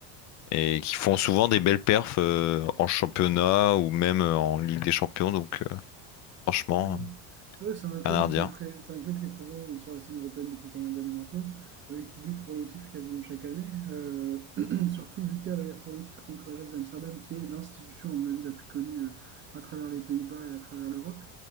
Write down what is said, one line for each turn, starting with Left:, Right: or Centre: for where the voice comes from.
Left: et qui font souvent des belles perfs euh, en championnat ou même euh, en Ligue des Champions. Donc, euh, franchement,
Right: Ouais, non. C'est vrai, c'est un club
Left: rien à redire.
Right: qui est pré- c'est un club qui est présent euh, sur la scène européenne depuis pas mal d'années maintenant, euh, qui lutte pour le titre quasiment chaque année. Euh, <clears throat> surtout lutter avec- pour le titre contre l'Ajax Amsterdam, qui est l'institution, à mon avis, la plus connue euh, à travers les Pays-Bas et à travers l'Europe.